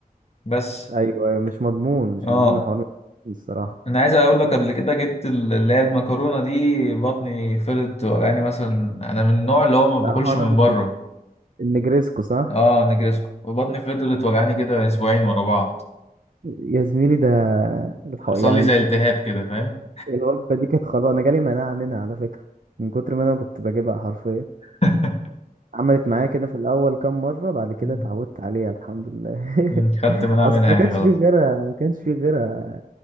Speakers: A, on the left; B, on the right.
A: بس
B: ايوه ايوه مش مضمون مش
A: أه
B: مضمون الحوار مش مضمون الصراحه
A: انا عايز اقول لك قبل كده جبت ال- اللي هي المكرونه دي بطني فضلت وجعاني مثلا انا من النوع اللي هو ما
B: لا
A: باكلش
B: هو انا
A: من
B: ما
A: بره
B: كنت النجريسكو صح
A: اه نجرسكو وبطني فضلت وجعاني كده اسبوعين ورا بعض
B: يا زميلي ده الح-
A: حصل
B: يعني
A: لي زي التهاب كده فاهم
B: الوجبه دي كانت خلاص انا جالي مناعه منها على فكره من كتر ما انا كنت بجيبها حرفيا
A: <laughs>
B: عملت معايا كده في الاول كام مره بعد كده
A: مم.
B: اتعودت عليها الحمد لله <laughs>
A: مم. خدت مناعه
B: اصل
A: منها
B: ما
A: يعني
B: كانش
A: خلاص
B: فيه غيرها ما كانش فيه غيرها